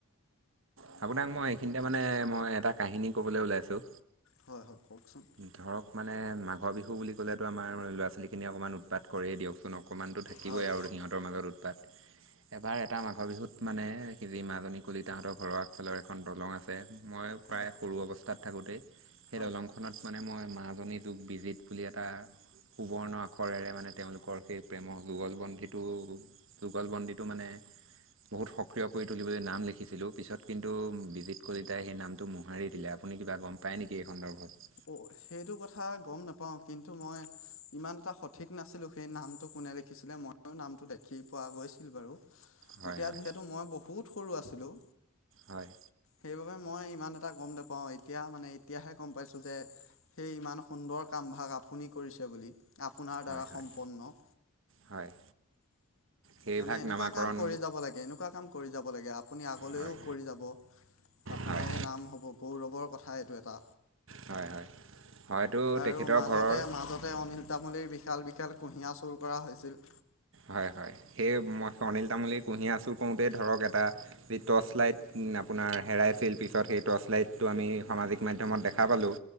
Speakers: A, on the right; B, on the left.
A: থাকো দাক মই এইখিনিতে মানে মই এটা কাহিনী ক'বলৈ ওলাইছোঁ
B: হয় হয় কওঁকচোন।
A: ধৰক মানে মাঘৰ বিহু বুলি ক'লেটো আমাৰ ল'ৰা ছোৱালীখিনিয়ে অকণমান উৎপাত কৰেই দিয়কচোন অকণমানটো থাকিবই
B: হয়
A: আৰু সিহঁতৰ মাজত উৎপাত। এবাৰ এটা মাঘৰ বিহুত মানে সি যি মাজনী কলিতাহাঁঁতৰ ঘৰৰ আগফালৰ এখন দলং আছে মই প্ৰায়
B: হয়
A: সৰু অৱস্থাত থাকোতেই সেই
B: হয়
A: দলং খনত মানে মই মাজনী যুগ বিজিত বুলি এটা সুবৰ্ণ আখৰেৰে মানে তেওঁলোকৰ সেই প্ৰেমৰ যুগল বন্ধীটো যুগল বন্দিটো মানে বহুত সক্ৰিয় কৰি তুলিবলৈ নাম লিখিছিলোঁ, পিছত কিন্তু বিজিত কলিতাই সেই নামটো মোহাৰি দিলে। আপুনি কিবা গম পায় নেকি এই সন্দৰ্ভত?
B: অ', সেইটো কথা গম নাপাওঁ কিন্তু, মই ইমান এটা সঠিক নাছিলোঁ সেই নামটো কোনে লি ছিলে ময়ো নামটো দেখি পোৱা গৈছিল বাৰু। তেতিয়া
A: হয় হয়
B: যিহেতু মই বহুত সৰু আছিলোঁ।
A: হয়
B: সেইবাবে মই ইমান এটা গম নাপাওঁ এতিয়া, মানে এতিয়াহে গম পাইছোঁ যে সেই ইমান সুন্দৰ কামভাগ আপুনি কৰিছে বুলি, আপোনাৰ দ্বাৰা
A: হয় হয়
B: সম্পন্ন
A: হয় সেইভাগ
B: মানে এনেকুৱা
A: নামাকৰণ
B: কাম কৰি যাব লাগে, এনেকুৱা কাম কৰি যাব লাগে, আপুনি আগলৈও
A: হয়
B: কৰি যাব আপোনাৰে
A: হয়
B: নাম হ'ব গৌৰৱৰ কথা এইটো এটা।
A: হয় হয় হয়তো তেখেতৰ
B: আৰু মাজতে
A: ঘৰৰ
B: মাজতে, অনিল তামুলীৰ বিশষ খেল বিশেল <inaudible> কুঁহিয়া চুৰ কৰা হৈছিল
A: হয় হয়, সেই মই অনিল তামুলীৰ কুঁহিয়া চুৰ কৰোঁতেই ধৰক এটা যি টৰ্চ লাইট আপোনাৰ হেৰাইছিল, পিছত সেই টৰ্চ লাইটটো আমি সামাজিক মাধ্যমত দেখা পালোঁ